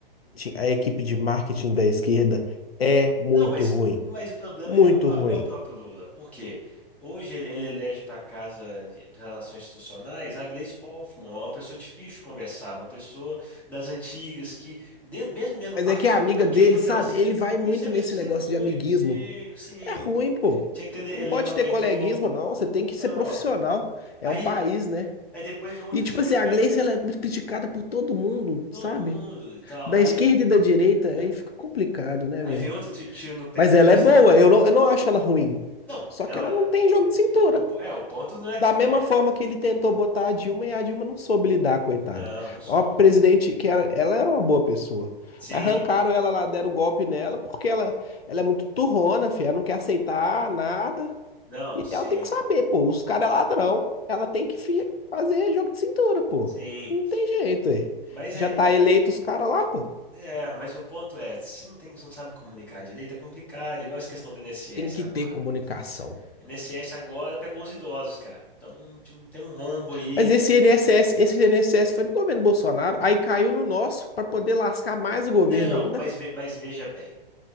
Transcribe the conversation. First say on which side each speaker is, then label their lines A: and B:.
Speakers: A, on the left; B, in the centre.
A: a equipe de marketing da esquerda é muito
B: Não, mas,
A: ruim.
B: mas o problema
A: Muito
B: é é o, pró-
A: ruim.
B: é o próprio Lula, porque hoje ele, ele elege para a Casa de Relações Institucionais a Gleisi Hoffmann, uma pessoa difícil de conversar, uma pessoa das antigas que, dentro- mesmo dentro
A: Mas
B: do partido,
A: é que a amiga
B: não
A: dele,
B: queriam
A: sabe?
B: que ela se.
A: Ele vai muito
B: Isso é, mas
A: nesse
B: isso
A: negócio
B: é ruim,
A: de amiguismo.
B: sim, sim.
A: É ruim, pô.
B: Tinha que ter eleito
A: Não pode
B: alguém
A: ter coleguismo,
B: novo.
A: não. Você tem que ser
B: Não.
A: profissional. É
B: Aí,
A: um país, né?
B: aí depois vem outro
A: E, tipo
B: tiro
A: assim,
B: no
A: a
B: pé.
A: Gleice, ela é muito criticada por todo mundo,
B: Todo
A: sabe?
B: mundo e tal.
A: Da
B: Aí,
A: esquerda
B: vem-
A: e da direita,
B: é.
A: aí fica complicado, né,
B: aí
A: velho?
B: vem outro ti- tiro no pé
A: Mas
B: que foi
A: ela
B: a questão.
A: é boa. Eu não, eu não acho ela ruim.
B: Não,
A: Só
B: ela,
A: que ela
B: é-
A: não tem jogo
B: é-
A: de cintura.
B: o, é, o ponto não é.
A: Da mesma
B: é,
A: forma que ele tentou
B: Ah,
A: botar a Dilma e a Dilma não soube lidar, coitada.
B: Não, não soube.
A: Uma presidente que era, ela era uma boa pessoa.
B: Sim,
A: Mas arrancaram ela lá, deram golpe nela, porque ela, ela é muito turrona, filha, ela não quer aceitar nada.
B: não,
A: E
B: sim,
A: ela tem que saber, pô, os caras é ladrão, ela tem que fi- fazer jogo de cintura, pô.
B: sim.
A: Não tem jeito, aí.
B: Mas
A: Já
B: é,
A: tá eleito
B: é,
A: os caras lá, pô.
B: é, mas o ponto é, se não tem, se não sabe comunicar direito, é complicado, igual essa questão do INSS
A: Tem que
B: agora.
A: ter comunicação.
B: O INSS agora pegou os idosos, cara. Então tem um tem um rombo aí.
A: Mas esse INSS, esse INSS foi do governo Bolsonaro, aí caiu no nosso para poder lascar mais o governo
B: Não,
A: ainda.
B: mas, ve- mas veja bem.